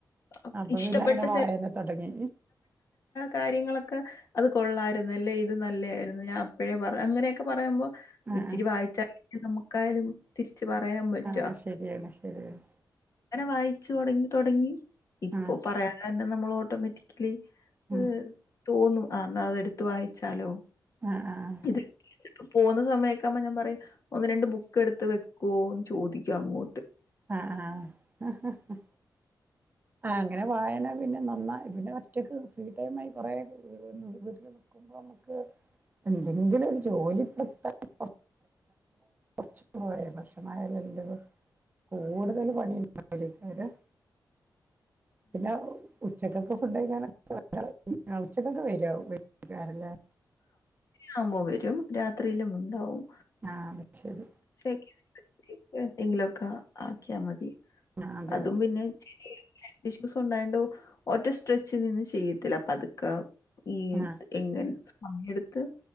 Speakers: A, on the left; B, on the right.
A: അപ്
B: അപ്പൊ
A: ഇഷ്ടപ്പെട്ട
B: പിന്നെ അങ്ങനെ വായന
A: ചെൽ
B: തുടങ്ങി
A: കാര്യങ്ങളൊക്കെ അത് കൊള്ളാമായിരുന്നല്ലെ ഇത് നല്ലതായിരുന്നു ഞാൻ അപ്പോഴേ അങ്ങനെയൊക്കെ പറയുമ്പോൾ
B: ആഹ്
A: ഇച്ചിരി
B: ആഹ്
A: വായിച്ചാല നമുക്കായാലും തിരിച്ച് പറയാൻ പറ്റു
B: ആഹ്
A: അ
B: ശരിയാണ് ശരിയാണ്
A: വായിച്ചു തുടങ്ങി തുൊടങ്ങി ഇപ്പോൊ
B: ആഹ്
A: പറയാതെ തന്നെ നമ്മൾ ഓട്ടോമാറ്റിക്കലി
B: ഉം
A: ഏർ തോന്നും ആ എന്നാൽ അത എടുത്ത വായിച്ചാലോ
B: ആഹ ആഹ
A: ഇതെടുത്ത് പോകുന്ന സമയൊക്കെകുമ്പോ ഞാൻ പറയും ഒന്ന് രണ്ട് ബുക്ക് എടുത്ത് വെക്കുവോന്ന് ചോദിക്കും അങ്ങോട്ട്
B: ആഹ ആഹ ആഹ അങ്ങനെ വായന പിന്നെ നന്നായി പിന്നെ ഒറ്റക്ക് ഫ്രീ ടൈ ആ കൊറെേ വീട്ട ന നമുക്ക് എന്തെങ്കിലും ഒരു ജോലിപ്പെടുത്താണ്ട കുറച്ച കുയ ഭക്ഷണമായാലല്ലവ കൂടുതൽ പണിക്ക പിന്നെ ഉച്ചക്കൊക്കെ ഫുഡ് കഴിക്കാനൊെ ഉച്ചക്കൊക്കെ വാറ
A: അ ആവുമ്പോം വരും രാത്രിയിലും ഉണ്ടാവും
B: ആ, അത് ശരി
A: ച്ചന്തങ്കിലുംൊക്കെ ആക്കിയാൽ മതി
B: ആ അതെ
A: അതും പിന്നെ ഹെൽത്ത് ഇഷ്യൂസ് ഉണ്ടായണ്ടോ ഒറ്റ സ്ട്രെച്ച് നിന്നന്ന് ചെയ്യത്തില്ല അപ്പ അതക്കെ ഈ
B: ആ
A: എങ്ങെ സമയ എടുത്ത്